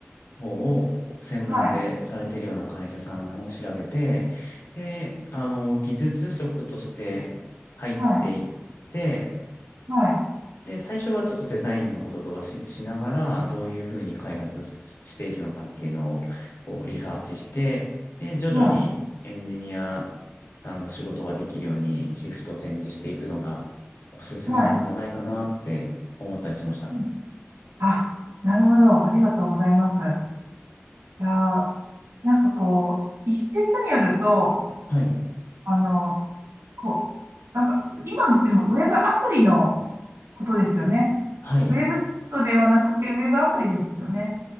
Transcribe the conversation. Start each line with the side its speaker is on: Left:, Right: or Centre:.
Left: 方を専門でされてるような会社さんを調べて、
Right: はい
Left: で、あの、技術職として入っていって、
Right: はい
Left: で、最初はちょっとデザインのこととかし、しながら、どういうふうに開発ししているのかっていうのをこうリサーチして、で、徐々にエンジニアさんの仕事ができるようにシフトチェンジしていくのがおすすめなんじゃないかなって思ったりしました。
Right: はい。はい。うんあ、なるほど。ありがとうございます。いやー、なんかこう、一説によると、
Left: はい。
Right: あの、こう、なんか、今のってもウェブアプリのことですよね。
Left: はい。
Right: ウェブとではなくて、ウェブアプリですよね。